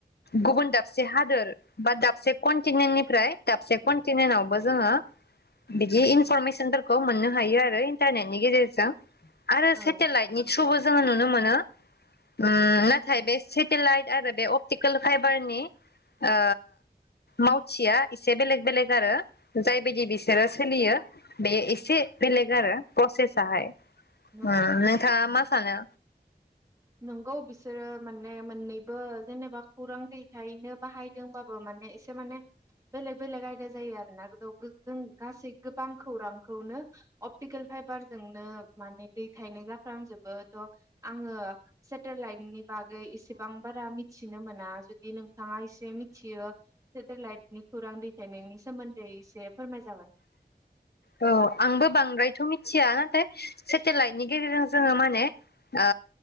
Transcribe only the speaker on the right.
औ
नंगौ नंगौ
नंगौ बिसोरो माने मोननैबो जेनेबा खौरां दैथायनो बाहायदोंबाबो माने एसे माने बेलेक बेलेग आयदा जायो आरोना गो जों गासै गोबां खौरांखौनो अपटिकेल फाइबार जोंनो माने दैथायनाय जाफ्रामजोबोथ' आङो सेटेलाइटनि बागै एसेबां बारा मिथिनो मोना जुदि नों थाङा एसे मिथियो सेटेलाइटनि खौरां दैथायनायनि सोमोन्दै एसे फोरमाय जागोन